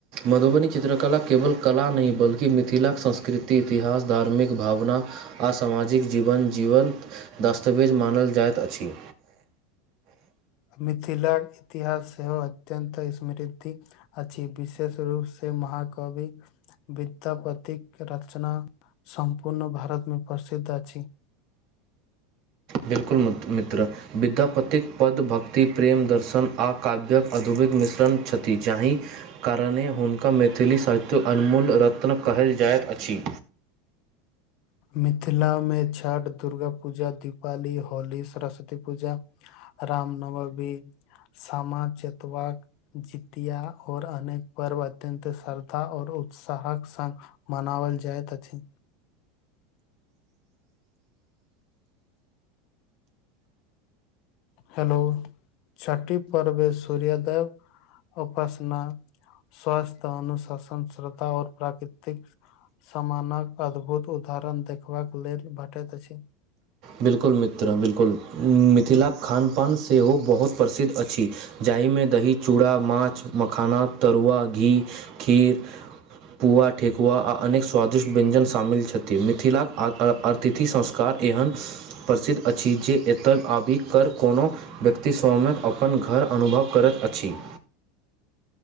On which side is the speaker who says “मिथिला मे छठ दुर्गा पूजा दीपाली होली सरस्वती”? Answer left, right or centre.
Left